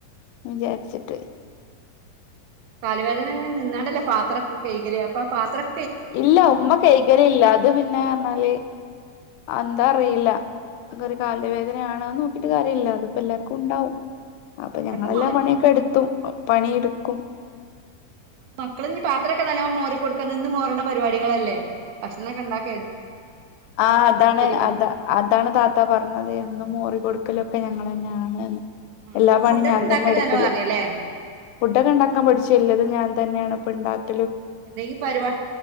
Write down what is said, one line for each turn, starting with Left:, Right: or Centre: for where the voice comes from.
Left: വിചാരിച്ചിട്ട്
Right: കാല് വേദനങ്ങനെ നിന്നാണ്ടല്ലേ പാത്രക്കെ കഴകല് അപ്പൊ ആ പാത്രം
Left: ഇല്ല ഉമ്മ കൈകലില്ല അത് പിന്നെ പറഞ്ഞാല് എന്താ അതറിയില്ല അങ്ങെ ഒരു കാല് വേദനയാണെന്ന് നോക്കിട്ട് കാര്യമില്ല അതിപ്പോ എല്ലാർക്കും ഉണ്ടാവും അപ്പൊ
Right: അതൊക്കെ
Left: ഞങ്ങളെല്ലാം
Right: മാറി
Left: പണിയൊക്കെ എടുത്തും പണി എടു ക്കും
Right: മക്കളും ഇ പാത്രമൊക്കെ നല്ലോ മോറി കൊടുക്ക ഇന്ന് മോറണ പരിപാടികളല്ലേ ഭക്ഷണക്കെ ഇണ്ടാക്ക
Left: ആ അതാണ്
Right: കൊടുക്ക
Left: അത അതാണ് താത്ത പറഞ്ഞത് എന്നും ഓറികൊടുക് പക്കലൊക്കെ ഞങ്ങൾ തന്നെയാണ്ന്ന് എല്ലാ
Right: അപ്പൊ
Left: പണി
Right: ഫുഡൊക്കെ
Left: ഞാൻ
Right: ഉണ്ടാക്കല്
Left: തന്നെ എടുക്കല്
Right: നല്ലോം അറിയല്ലേ
Left: ഫുഡൊക്കെ ഉണ്ടാക്കാൻ പടിച്ചല്ലത് ഞാൻ തന്നെയാണ് പ്പണ്ടാക്ക
Right: എന്തെങ്കി പരിപാ